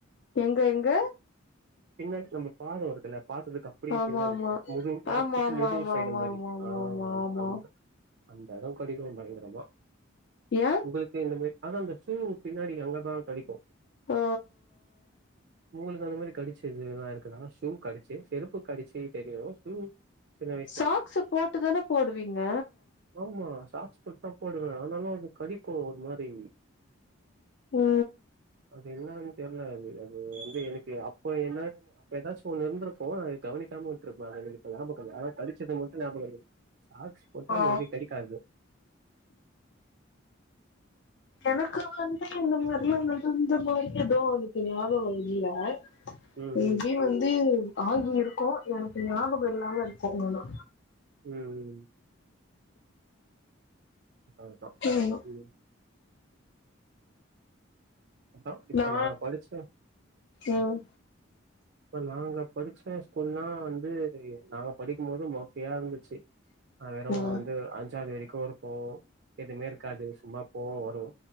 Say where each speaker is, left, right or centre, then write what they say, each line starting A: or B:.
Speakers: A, on the left (about 55°); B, on the right (about 55°).
A: எங்க எங்க
B: பின்னாடி நம்ம பாதோ வருத்துல பாத்தறதுக்கு அப்டியே
A: ஆமா
B: பின்னாடி
A: ஆமா
B: முதுகு பாத்துக்கு
A: ஆமா
B: முதுகு
A: ஆமா
B: சைடு
A: ஆமா
B: மாரி
A: ஆமா
B: ஆ
A: ஆமா ஆமா ஆமா ஆமா
B: அந்த அந்த எடோ கடிக்கு பயங்கறமா
A: ஏ
B: உங்களுக்கு இந்த மாரி ஆனா அந்த ஷூவு பின்னாடி அங்கதா கடிக்கு
A: ஆ
B: உங்களுக்கு அந்த மாரி கடிச்சு இதுெல்லா இருக்குதா ஷூ கடிச்சு செருப்பு கடிச்சு தெரியு ஷூ சின்ன வ
A: சாக்ஸ் போட்டுதானே போடுவீங்க
B: ஆமா சாக்ஸ் போட்டு தா போடுவே ஆனாலு அது கடிக்கு ஒரு மாரி
A: ஓ
B: அது என்னானு தெர்ல அது அது வந்து எனக்கு அப்ப என்ன அப்ப ஏதாச்சு ஒன்னு இருந்திருக்கு நா கவனிக் டாம உட்ருப்பே அது எனக்கு இப்ப ஞாபகம் இல்ல ஆன கடிச்சத மட்டு ஞாபக இருக் சாக்ஸ் போட்டா
A: ஆ
B: மே பி கடிக்காது
A: எனக்கு வந்து இந்த மாரிலா நடந்த மாரி எது எனக்கு ஞாபகோ இல்ல
B: ம்
A: மே பி வந்து ஆகி இருக்கு எனக்கு ஞாபகோ இல்லாம இருக்கு ஆனா
B: ம் ம் அதா
A: ம்
B: ம் அதா இப்ப
A: நா
B: நாங் படிச்ச
A: ம்
B: இப்ப நாங்க படிச்ச ஸ்கூலா வந்து நாங்க படிக்கு போது மொக்கையா இருந்துச்சு நா வெறு
A: ம்
B: வந்து அஞ்சாவது வரைக்கு இருப்போ எதுவுமே இருக்காது சும்மா போவ வருவோ